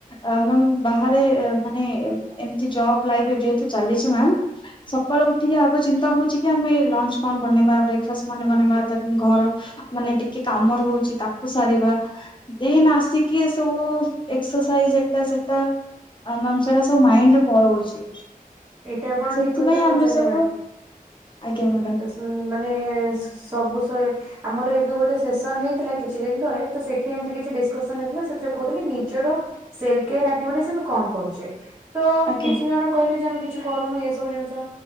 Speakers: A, on the left (about 35°); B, on the right (about 20°).
A: ଅ ମାମ ବାହାରେ ମାନେ ଏ ଏମିତି ଜବ୍ ଲାଇଫି ଯେହେତୁ ଚାଲିଚି ମାମ୍। ସକାଳୁ ଉଠିକି ଆଗ ଚିନ୍ତା ହଉଛି କି ଆମେ ଲଞ୍ଚ କଣ ବନେଇବା ବ୍ରେକ ଫାଷ୍ଟ ମାନେ ବନେଇବା ଘର ମାନେ ଟିକେ କାମ ରଉଛି ତାକୁ କୁ ସାରିବା ଦେନ୍ ଆସିକି ଏ ସବୁ ଏକ୍ସସାଇଜ ଏ ଏଟା ସେଟା ଆ ମାମ୍ ସେରା ସବୁ ମାଇଣ୍ଡରେ ପଳଉଛି।
B: ଏଇଟା ଆପଣ
A: ସେଥିପାଇଁ
B: ଠିକ କଥା କହୁଛନ୍ତି
A: ଆମେ ସବୁ ଆଜ୍ଞା ମ୍ୟାମ୍।
B: ଉ ମାନେ ସ ସବୁ ସଇକି ଆମର ଏବେ ଗୋଟେ ସେସନ ହେଇଥିଲା କିଛି ଦିନ ତଳେ ତ ସେଠି ଏମିତି କିଛି ଡିସକସନ ହେଇଥିଲା ସେ କହୁଥିଲେ ନିଜର ସେଲ କେୟାର ଅକ୍ଟିବିଟିସ ଆମେ କଣ କରୁଚି ତ
A: ଆଜ୍ଞା
B: କିଛି ଜଣ କହିଲେ ଯେ ଆମେ କିଛି କରୁନୁ ଏସବୁ ଜିନିଷ